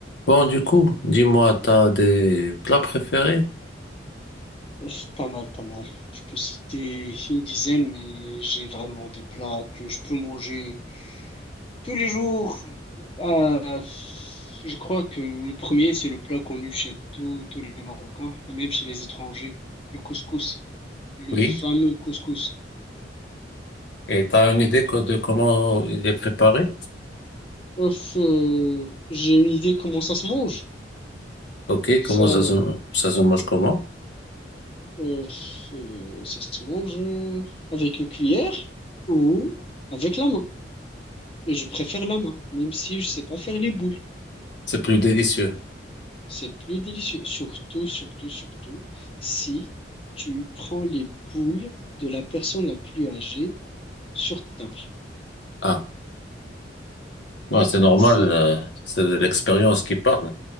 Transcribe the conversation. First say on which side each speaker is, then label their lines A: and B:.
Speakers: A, on the left; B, on the left.
A: Bon, du coup, dis-moi, t'as des plats préférés?
B: Ouf, Pas mal, pas mal. Je peux citer une dizaine, mais j'ai vraiment des plats que je peux manger tous les jours. Euh, je crois que le premier, c'est le plat connu chez tous tous les Marocains, et même chez les étrangers, le couscous, le
A: Oui.
B: fameux couscous.
A: Et t'as une idée co- de comment il est préparé?
B: Ouf, euh, j'ai une idée comment ça se mange.
A: Ok,
B: Ça,
A: comment
B: euh,
A: ça se, ça se mange comment?
B: euh, ça se mange euh, avec une cuillère ou avec la main. Et je préfère la main, même si je sais pas faire les boules.
A: C'est plus délicieux.
B: C'est plus délicieux. Surtout, surtout, surtout, si tu prends les boules de la personne la plus âgée sur ta table.
A: Ah, ouais, c'est normal,
B: C'est
A: euh, c'est de l'expérience qui parle.